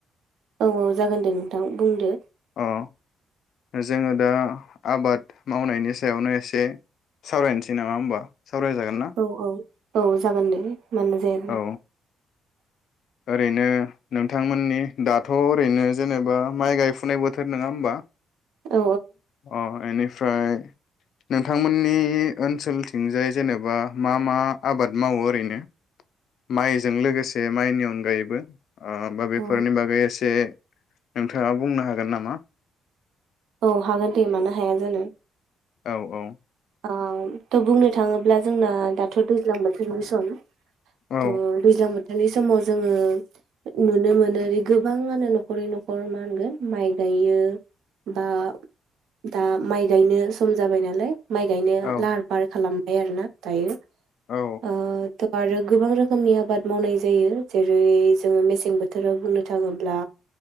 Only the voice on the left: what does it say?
अ जोङो दा आबाद मावनायनि सायावनो एसे सावरायनोसै नामा होमबा? सावरायजागोन ना?
औ ओरैनो नोंथांमोननि दाथ' ओरैनो जेनेबा माइ गायफुनाय बोथोर नोङा होमबा?
अ एनि फ्राय नोंथांमोननि ओनसोलथिंजाय जेनेबा मा मा आबाद मावो ओरैनो? माइजों लोगोसे माइनि अनगायैबो। ओ होमबा बेफोरनि
बागै एसे जे नोंथाङा बुंनो हागोन नामा?
औ औ।
औ
औ
औ